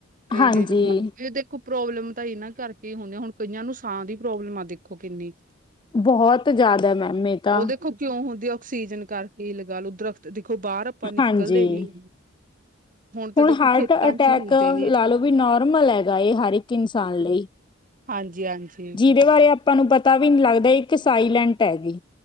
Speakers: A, on the left (about 20°); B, on the right (about 40°).
A: ਹਾਂਜੀ
B: ਏਹੀ ਪ੍ਰੋਬਲਮ ਤਾਂ ਏਨਾਂ ਕਰਕੇ ਹੁੰਦੀ ਹੁਣ, ਕਈਆਂ ਨੂੰ ਸਾਹ ਦੀ ਪ੍ਰੋਬਲਮ ਆ ਦੇਖੋ ਕਿੰਨੀ
A: ਬਹੋਤ ਜਾਦਾ, ਮੈਮ ਏ ਤਾਂ
B: ਉਹ ਦੇਖੋ ਕਿਉਂ ਹੁੰਦੀ ਆਕਸੀਜਨ ਕਰਕੇ ਲਗਾ ਲੋ, ਦਰੱਖਤ ਦੇਖੋ ਬਾਹਰ ਆਪਾਂ ਨਿਕਲਦੇ
A: ਹਾਂਜੀ,
B: ਨੀ ਤਾਂ
A: ਹੁਣ
B: ਦੇਖੋ
A: ਹਾਰਟ
B: ਖੇਤਾਂ
A: ਅਟੈਕ
B: 'ਚ ਹੀ ਹੁੰਦੇ ਨੇ
A: ਲਾ ਲਓ ਵੀ ਨੋਰਮਲ ਐ ਗਾਏ, ਹਰ ਇੱਕ ਇਨਸਾਨ ਲਈ।
B: ਹਾਂਜੀ-ਹਾਂਜੀ।
A: ਜਿਹਦੇ ਬਾਰੇ ਆਪਾਂ ਨੂੰ ਪਤਾ ਵੀ ਨੀ ਲੱਗਦਾ ਇੱਕ ਸਾਈਲੈਂਟ ਹੈਗੀ।